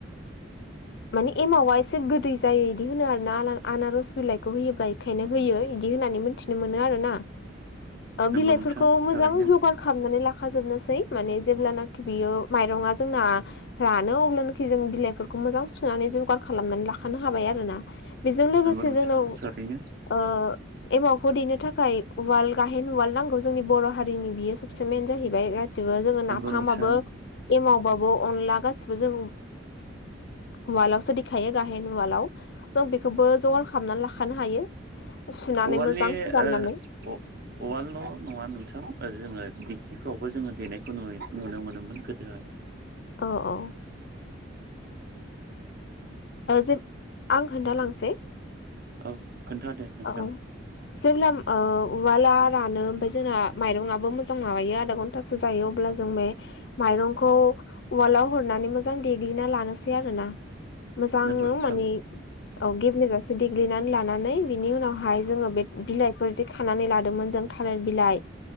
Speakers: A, on the left; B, on the right.
A: मानि एमावा एसे गोदै जायो बिदि होनो आरो ना आ आनारस बिलाइखौ होयोब्ला बेखायनो होयो इदि होनानै मोनथिनो मोनो आरो ना
B: नंगौ
A: बिलाइफोरखौ
B: नोंथां थारैनो
A: मोजां जगार खामनानै लाखाजोबनोसै माने जेब्लानाखि बियो माइरङा जोंना रानो अब्लानाखि जों बिलाइफोरखौ मोजां सुनानै जगार खालामनानै लाखानो हाबाय आरो ना बेजों लोगोसे
B: नंगौ नोंथां
A: जोंनाव
B: थारैनो
A: एमावखौ दैनो थाखाय उवाल गाहेन उवाल नांगौ जोंनि बर' हारिनि बियो सबसे मेन जाहैबाय गासिबो जोङो नाफामाबो
B: नंगौ नोंथां
A: एमावबाबो अनला गासिबो जों उवालावसो दिखायो गाहेन उवालाव जों बेखौबो जगार खामनानै लाखानो हायो सुनानै
B: उवालनि
A: मोजां फोराननानै
B: ओ औवालल' नङा नोंथां जोङो बिथिफ्रावबो जोङो देनायखौ नु नुनो मोनोमोन गोदोहाय
A: अ अ जे आं खोन्थालांसै
B: औ खोन्थादे नोंथां
A: औ जेब्ला उवाला रानो ओमफ्राय जोंना माइरंआबो मोजां माबायो आन थासो जायो अब्ला जों बे माइरंखौ उवालाव हरनानै मोजां देग्लिना लानोसै आरो ना मोजां
B: नंगौ नोंथां
A: माने औ गेब्लजासे देग्लिनानै लानानै बिनि उनावहाय जोङो बे बिलाइफोर जे खानानै लादोंमोन जों थालिर बिलाइ